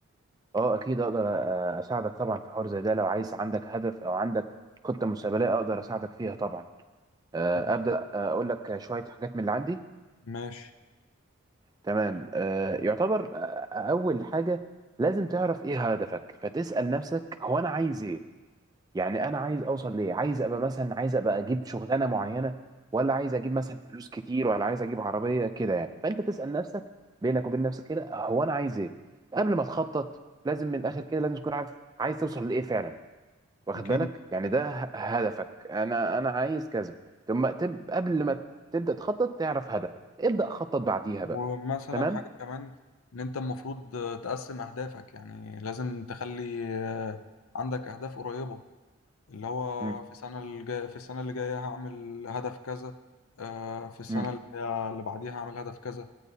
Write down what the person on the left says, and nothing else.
ماشي
ماشي
أكيد
ومثلا
حاجة كمان إن أنت المفروض آه، تقسم أهدافك يعني لازم تخلي آه، عندك أهداف قريبة اللي هو
في السنة الجاية في السنة اللي جاية هعمل هدف كذا آه، في السنة
اللي هي- اللي بعديها هعمل هدف كذا